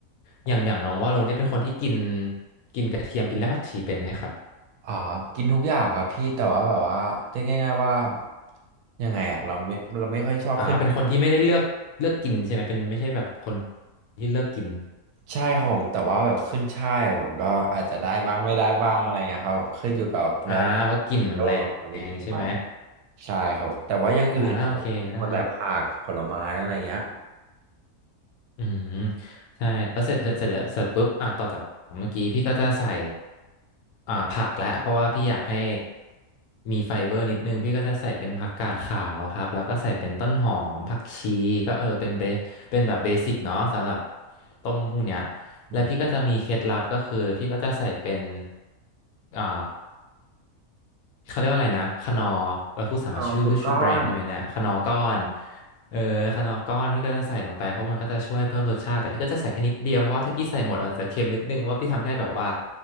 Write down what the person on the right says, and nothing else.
อ่ากินทุกอย่างครับพี่แต่ว่าแบบว่าเรียกง่ายๆว่ายังไงอ่ะเราไม่เราไม่ค่อยชอบขึ้น
ใช่ครับผมแต่ว่าแบบขึ้นช่ายอะผมก็อาจจะได้บ้างไม่ได้บ้างอะไรเงี้ยครับผมขึ้นอยู่กับแล้ว
แล้วาแบบเราไปกินไหม
ใช่ครับแต่ว่าอย่างอื่นอะคนแต่ผักผลไม้อะไรเงี้ย
อืม
ข้าวสุกก้อน